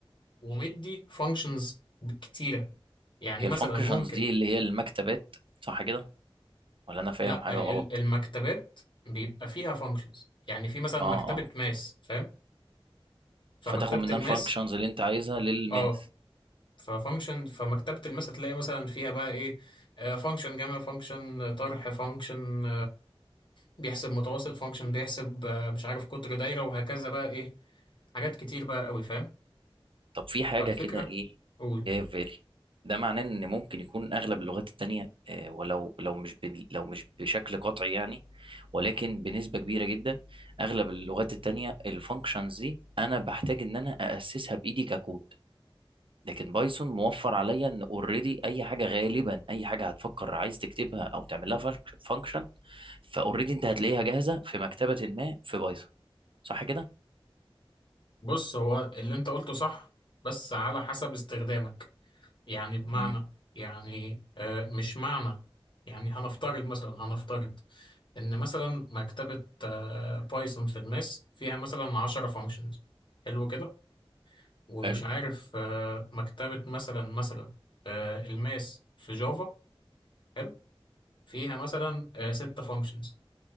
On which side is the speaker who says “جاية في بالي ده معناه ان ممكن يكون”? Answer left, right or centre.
Right